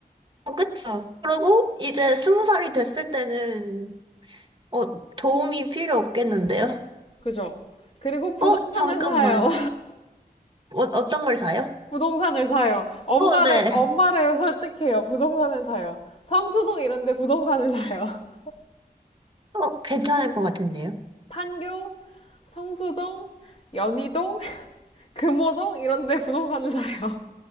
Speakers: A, on the right (about 30°); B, on the left (about 35°).
A: 어, 그쵸. 그러고, 이제 20살이 됐을 때는, 어, 도움이 필요 없겠는데요?
B: 그죠? 그리고 부동산을
A: 어, 잠깐만.
B: 사요.
A: 어, 어떤 걸 사요?
B: 부동산을 사요. 엄마를,
A: 어, 네.
B: 엄마를 설득해요. 부동산을 사요. 성수동 이런데 부동산을 사요. <laughs>
A: 어, 괜찮을 것 같은데요?
B: 판교, 성수동, 연희동, <laughs> 금호동 이런데 부동산을 사요.